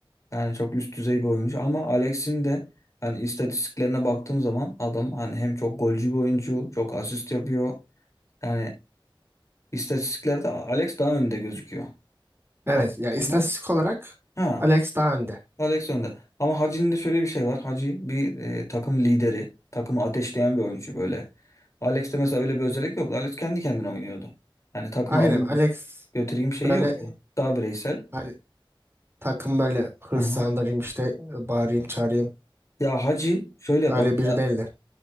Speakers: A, on the left; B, on the right.
A: yani çok üst düzey bir oyuncu ama Alex'in de hani istatistiklerine baktığım zaman adam hani hem çok golcü bir oyuncu, çok asist yapıyor. Yani istatistiklerde Alex daha önde gözüküyor.
B: Evet
A: Ondan
B: ya istatistik
A: sonra
B: olarak
A: ha
B: Alex daha önde.
A: Alex önde. Ama Hacı'nın da şöyle bir şey var. Hacı bir e, takım lideri. Takımı ateşleyen bir oyuncu böyle. Alex'te mesela öyle bir özellik yoktu. Alex kendi kendine oynuyordu. Yani takımı
B: Aynen
A: alayım
B: Alex
A: götüreyim şeyi
B: Böyle
A: yoktu. Daha bireysel.
B: hani takım böyle hırslandırayım
A: Aha.
B: işte bağırayım çağırayım.
A: Ya Hacı şöyle yapar
B: Öyle
A: mesela.
B: biri değildi.